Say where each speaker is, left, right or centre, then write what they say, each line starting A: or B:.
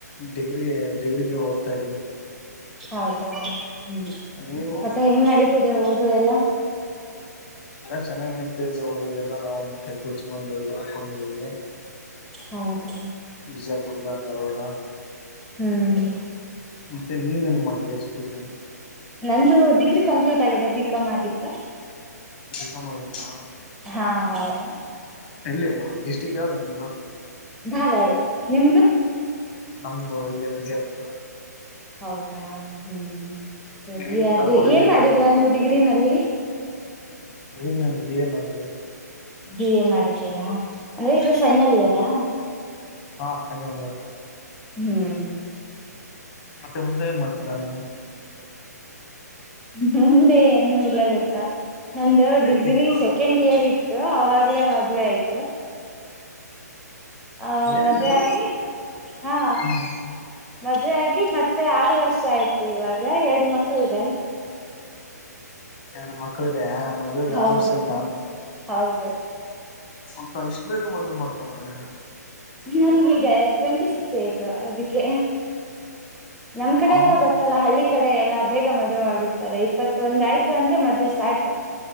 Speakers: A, on the left (about 30°); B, in the centre.
A: ಡಿಗ್ರಿಗೆ ಡಿಗ್ರಿಗೆ ಓದ್ತಾ ಇದ್ದ್ವಿ
B: ಹೌದಾ ಹ್ಮ
A: ನೀವು
B: ಮತ್ತೆ ಹೆಂಗ್ ನಡೀತಿದೆ ಓದು ಅದು ಎಲ್ಲ
A: ಎಲ್ಲ ಚೆನ್ನಾಗ್ ನಡ್ತಾದೆ ಓದದೆಲ್ಲ ನಾವು ಮತ್ತೆ ಕೂಚಿ ಬಂದ ಕನ್ಕೊಂಡಿದ್ದೇವಿ
B: ಹೌದಾ
A: ಬಿಜಾಪುರ್ಲ್ಲ ನಾರವಾಡ
B: ಹ್ಮ್
A: ಮತ್ತೆ ನೀವೇಏನ್ ಮಾಡಿದ್ರೆ ಅಜ್ಜಿ ಷ <inaudible>
B: ನಂದು ಡಿಗ್ರಿ ಕಂಪ್ಲೀಟ್ ಆಗಿದೆ ಬಿಕಾಮ್ ಆಗಿತ್ತ.
A: ಕಮಗತ್ತಾ
B: ಹಾ ಹೌದು
A: ಎಲ್ಲಿ ಸ್ಟಿಕ್ ಯಾವ್ದ ನಿಮ್ದು.
B: ಧಾರವಾಡ ನಿಮ್ದು <unintelligible>
A: ನಮ್ದು ಇಲ್ಲಿ ವಿಜಯಪುರ.
B: ಹೌದಾ ಹ್ಮ <inaudible> ಸರಿ
A: ಎಲ್ಲಿ
B: ಅದೇ
A: ಪ್ರಾಪರ್ ಎಲ್ಲಿ
B: ಏನ್
A: ಇರೋದು
B: ಮಾಡಿದ್ರ ನೀವು್ ಡಿಗ್ರಿನಲ್ಲಿ.
A: <unintelligible> ಬಿ ಎ ಮಾಡಿದವಿ.
B: ಎನ್ ಮಾಡಿದ್ದೀರಾ. ಅಂದ್ರೆ ಇದು ಫೈನಲ್ ಇಯರಾ.
A: ಹಾ ಫೈನಲ್ ಇಯರ್
B: ಹ್ಮ್ ಹ್ಮ್.
A: ಮತ್ತೆ ಮುಂದೆ ಏನ್ ಮಾಡ್ತೀರಾ ನೀವು.
B: ಮುಂದೆ ಏನು ಇಲ್ಲ ಗೊತ್ತಾ. ನಂದು
A: ಯಾಕೆ
B: ಡಿಗ್ರಿ ಸೆಕೆಂಡ್ ಇಯರ್ ಇತ್ತು ಅವಾಗ. ಈಗ ಮದುವೆ ಆಯ್ತು. ಅ
A: ಏನದು
B: ಮದುವೆಯಾಗಿ ಅ
A: ಹ್ಮ್
B: ಮದುವೆಯಾಗಿ ಮತ್ತ ಮತ್ತೆ ಆರು ವರ್ಷ ಆಯ್ತಿು ಇವಾಗ ಎರಡ್ ಮಕ್ಳ ಇದೆ.
A: ಎರಡು ಮಕ್ಳು ಇದೆ. ಮದುವೆ ಆಗಿ
B: ಹೌದು
A: ಆರು ವರ್ಷ ಆಯ್ತಾ.
B: ಹೌದು.
A: ಮತ್ತ ಇಷ್ಟು ಬೇಗ ಬಂದು ಮಾಡ್ಕಬರ ನೀವು.
B: ನನ್ಗೀಗ ಟ್ವೆಂಟಿ ಸಿಕ್ಸ್ ಏಜು ಅದಕ್ಕೆ. ನಮ್ ಕಡೆ
A: ಹಾ
B: ಎಲ್ಲ ಗೊತ್ತಲ್ಲ ಹಳ್ಳಿ ಕಡೆ ಎಲ್ಲಾ ಬೇಗ ಮದುವೆ ಮಾಡ್ಬಿಡ್ತಾರೆ ಇಪ್ಪತ್ತು ಒಂದ ಆಯಿತು ಅಂದ್ರೆ ಮದ್ವೆ ಸ್ಟಾರ್ಟ್.